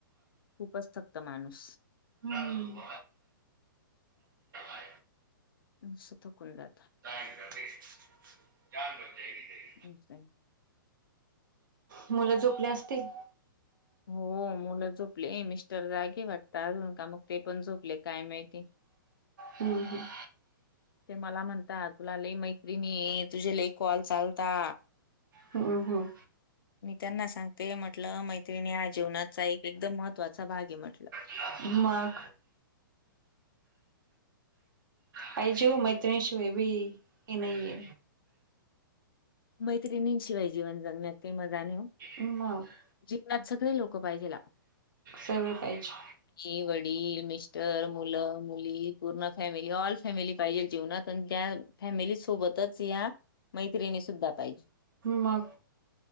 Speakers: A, on the left (about 80°); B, on the right (about 65°).
A: खूपच थक्त माणूस.
B: ह्म <unintelligible>
A: नुस थकून जात.
B: <unintelligible>
A: <inaudible>
B: मुलं झोपली असतील.
A: हो मुलं झोपले मिस्टर जागे वाटत अजून का मग ते पण झोपले काय माहिती.
B: हम्म हम्म.
A: ते मला म्हणतात तुला लई मैत्रिणीये तुझे लई कॉल चालता
B: ह्म्म ह्म्म.
A: मी त्यांना सांगते म्हटलं मैत्रिणी या जीवनाचा एकदम महत्त्वाचा भाग आहे म्हटलं.
B: मग पाहिजे ओ मैत्रिणी शिवाय बी हे नाहिये.
A: मैत्रिणीं शिवाय जीवन जगण्यात काय मजा नाय हो.
B: मग <unintelligible>
A: जीवनात सगळी लोक पाहिजेला
B: सगळे पाहिजे.
A: आई वडील मिस्टर मुलं मुली पूर्ण फॅमिली ऑल फॅमिली पाहिजे जीवनात. पण त्या फॅमिली सोबतच या मैत्रिणी सुद्धा पाहिजे.
B: मग